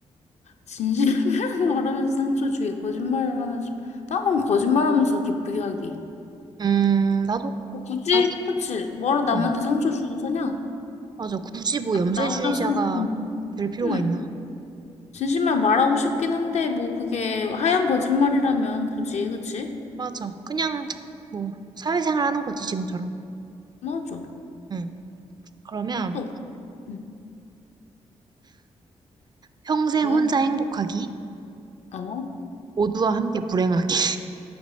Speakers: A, on the left (about 65°); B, on the right (about 35°).
A: 진실을 <laughs> 말하면서 상처 주기, 거짓말을 하면서, 난 그럼 거짓말하면서 기쁘게 하기.
B: 음, 나도,
A: 뭐 굳이,
B: 나도,
A: 그치? 뭐러 남한테
B: 응.
A: 상처 주고 사냐?
B: 맞아. 굳이 뭐 염세주의자가
A: 나 혼자 생각하면.
B: 될 필요가
A: 응.
B: 있나.
A: 진심만 말하고 싶긴 한데, 뭐 그게 하얀 거짓말이라면 굳이, 그치?
B: 맞아. 그냥, 뭐, 사회생활 하는 거지, 지금처럼.
A: 맞아.
B: 응. 그러면,
A: 또. 응.
B: 평생
A: 왜?
B: 혼자 행복하기.
A: 어?
B: 모두와 함께 불행하기.